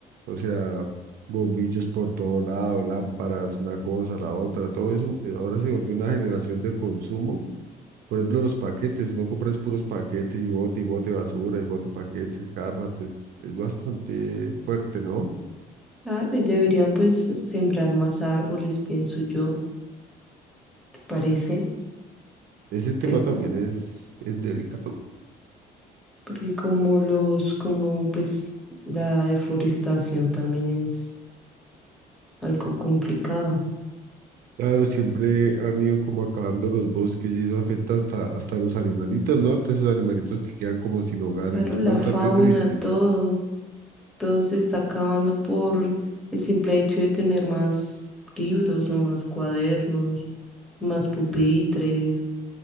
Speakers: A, on the right; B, in the centre.
A: o sea, bombillos por todo lado, lámparas, una cosa, la otra, todo eso. eh, Ahora se volvió una generación de consumo. Por ejemplo, los paquetes, no compras puros paquetes y bote y bote basura y bote paquetes, cada rato, es, es bastante fuerte, ¿no?
B: Claro, y deberían pues sembrar más árboles, pienso yo, ¿te parece?
A: Ese tema
B: Es
A: también es, es delicado.
B: porque como los, como pues la deforestación también es algo complicado.
A: Claro, siempre han ido como acabando los bosques y eso afecta hasta, hasta los animalitos, ¿no? Todos Esos animalitos que quedan como sin hogar,
B: Claro,
A: es
B: la
A: bastante
B: fauna,
A: triste.
B: todo, todo se está acabando por el simple hecho de tener más libros o más cuadernos, más pupitres